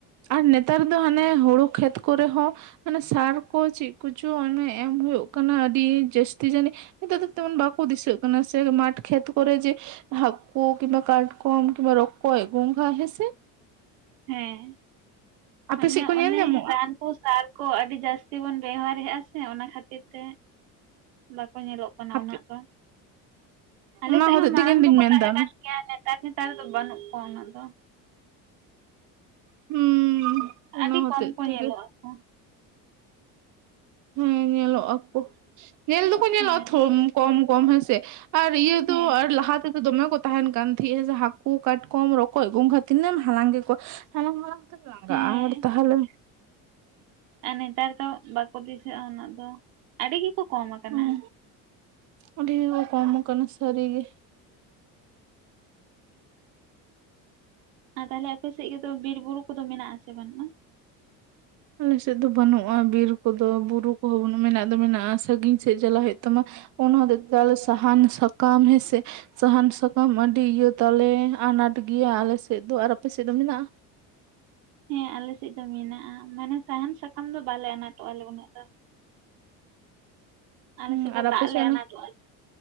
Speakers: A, on the right (about 55°); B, on the right (about 85°).
A: ᱟᱨ ᱱᱮᱛᱟᱨ ᱫᱚ ᱦᱟᱱᱮ ᱦᱩᱲᱩ ᱠᱷᱮᱛ ᱠᱚᱨᱮ ᱦᱚᱸ ᱢᱟᱱᱮ ᱥᱟᱨ ᱠᱚ ᱪᱮᱫ ᱠᱚᱪᱚ ᱚᱱᱮ ᱮᱢ ᱦᱳᱭᱳᱜ ᱠᱟᱱᱟ ᱟᱹᱰᱤ ᱡᱟᱹᱥᱛᱤ ᱡᱟᱹᱱᱤᱡ᱾ ᱱᱮᱛᱟᱨ ᱫᱚ ᱛᱮᱢᱚᱱ ᱵᱟᱠᱚ ᱫᱤᱥᱟᱹᱜ ᱠᱟᱱᱟ ᱥᱮ ᱢᱟᱴᱷ ᱠᱷᱮᱛ ᱠᱚᱨᱮ ᱡᱮ ᱦᱟᱹᱠᱳ, ᱠᱤᱵᱟ ᱠᱟᱴᱠᱚᱢ, ᱠᱤᱵᱟ ᱨᱚᱠᱚᱡ, ᱮ ᱜᱚᱝᱜᱷᱟ, ᱦᱮ ᱥᱮ᱾
B: ᱦᱮᱸ
A: ᱟᱯᱮ
B: ᱟᱱᱮ
A: ᱥᱮᱫ ᱠᱚ
B: ᱚᱱᱮ
A: ᱧᱮᱞ ᱧᱟᱢᱚᱜᱼᱟ?
B: ᱨᱟᱱ ᱠᱩ ᱥᱟᱨ ᱠᱚ ᱟᱹᱰᱤ ᱡᱟᱹᱥᱛᱤ ᱵᱚᱱ ᱵᱮᱣᱦᱟᱨᱮᱫ-ᱟ ᱥᱮ ᱚᱱᱟ ᱠᱷᱟᱹᱛᱤᱨ ᱛᱮ ᱵᱟᱠᱚ ᱧᱮᱞᱚᱜ ᱠᱟᱱᱟ
A: ᱟᱯᱮ
B: ᱩᱱᱟᱹᱜ ᱫᱚ᱾ ᱟᱞᱮᱥᱮᱫ
A: ᱚᱱᱟ ᱦᱚᱛᱮᱡ
B: ᱦᱚᱸ ᱢᱟᱲᱟᱝ
A: ᱛᱮᱜᱮ ᱞᱤᱧ
B: ᱫᱚᱠᱚ
A: ᱢᱮᱱᱫᱟ
B: ᱛᱟᱦᱮᱸ ᱠᱟᱱ ᱜᱮᱭᱟ᱾ ᱱᱮᱛᱟᱨ ᱱᱮᱛᱟᱨ ᱫᱚ ᱵᱟᱹᱱᱩᱜ ᱠᱚᱣᱟ ᱩᱱᱟᱹᱜ ᱫᱚ᱾
A: ᱦᱩᱸ ᱚᱱᱟ
B: ᱟᱹᱰᱤ ᱠᱚᱢ
A: ᱦᱚᱛᱮᱡ
B: ᱠᱚ ᱧᱮᱞᱚᱜ-ᱟ
A: ᱛᱮᱜᱮ
B: ᱟᱠᱚ᱾
A: ᱦᱮᱸ ᱧᱮᱞᱚᱜ-ᱟ ᱟᱠᱚ ᱧᱮᱞ ᱫᱚᱠᱚ ᱧᱮᱞᱚᱜ-ᱟ
B: ᱦᱮᱸ
A: ᱠᱚᱢ ᱠᱚᱢ ᱦᱮᱸᱥᱮ᱾ ᱟᱨ ᱤᱭᱟᱹ ᱫᱚ
B: ᱦᱮᱸ
A: ᱟᱨ ᱞᱟᱦᱟ ᱛᱮ ᱫᱚᱢᱮ ᱠᱚ ᱛᱟᱦᱮᱱ ᱠᱟᱱ ᱛᱟᱦᱮᱸᱜ-ᱟ ᱡᱮ ᱦᱟᱹᱠᱩ ᱠᱟᱴᱠᱚᱢ ᱨᱚᱠᱚᱡ ᱟᱹᱜ ᱠᱷᱟᱱ ᱛᱤᱱᱟᱹᱜ ᱦᱟᱞᱟᱝ ᱜᱮᱠᱚᱣᱟ ᱦᱟᱞᱟᱝᱦᱟᱞᱟᱝ ᱞᱟᱝᱜᱟ
B: ᱦᱮᱸ
A: ᱟᱨ ᱛᱟᱦᱟᱞᱮ
B: ᱟᱨ ᱱᱮᱛᱟᱨ ᱫᱚ ᱵᱟᱠᱚ ᱫᱤᱥᱟᱹᱜ-ᱟ ᱩᱱᱟᱹᱜ ᱫᱚ ᱟᱹᱰᱤ ᱜᱮᱠᱚ ᱠᱚᱢ ᱠᱟᱱᱟ᱾
A: ᱦᱚᱸ ᱟᱹᱰᱤ ᱜᱮ ᱠᱚ ᱠᱚᱢ ᱠᱟᱱᱟ ᱥᱟᱹᱨᱤ ᱜᱮ᱾
B: ᱟᱨ ᱛᱟᱦᱚᱞᱮ ᱟᱯᱮ ᱥᱮᱫ ᱜᱮᱛᱚ ᱵᱤᱨ ᱵᱩᱨᱩ ᱠᱚᱫᱚ ᱢᱮᱱᱟᱜ ᱟ ᱥᱮ ᱵᱟᱱᱩᱜ-ᱟ?
A: ᱟᱞᱮ ᱥᱮᱫ ᱫᱚ ᱵᱟᱹᱱᱩᱜ-ᱟ ᱵᱤᱨ ᱠᱚᱫᱚ ᱵᱩᱨᱩ ᱠᱚᱦᱚᱸ ᱵᱟᱱᱩᱜ ᱢᱮᱱᱟᱜ ᱫᱚ ᱢᱮᱱᱟᱜ-ᱟ ᱥᱟᱺᱜᱤᱧ ᱥᱮᱫ ᱪᱟᱞᱟᱜ ᱦᱩᱭᱩᱜ ᱛᱟᱢᱟ᱾ ᱚᱱᱟ ᱦᱚᱛᱮ ᱛᱮ ᱟᱞᱮ ᱥᱟᱦᱟᱱ ᱥᱟᱠᱟᱢ ᱦᱮᱸ ᱥᱮ ᱥᱟᱦᱟᱱ ᱥᱟᱠᱟᱢ ᱟᱹᱰᱤ ᱤᱭᱟᱹ ᱛᱟᱞᱮ ᱟᱱᱟᱴ ᱜᱮᱭᱟ ᱟᱞᱮ ᱥᱮᱫ ᱫᱚ ᱟᱨ ᱟᱯᱮ ᱥᱮᱫ ᱫᱚ ᱢᱮᱱᱟᱜ-ᱟ?
B: ᱦᱮᱸ ᱟᱞᱮᱥᱮᱫ ᱫᱚ ᱢᱮᱱᱟᱜ-ᱟ ᱢᱟᱱᱮ ᱥᱟᱦᱟᱱ ᱥᱟᱠᱟᱢ ᱫᱚ ᱵᱟᱞᱮ ᱟᱱᱟᱴᱚᱜ ᱟᱞᱮ ᱩᱱᱟᱹᱜ ᱫᱚ᱾ ᱟᱞᱮ
A: ᱦᱩᱸ
B: ᱥᱮᱫ ᱫᱚ
A: ᱟᱨ
B: ᱫᱟᱜ
A: ᱟᱯᱮ
B: ᱞᱮ
A: ᱚᱱᱟ
B: ᱟᱱᱟᱴᱚᱜ-ᱟ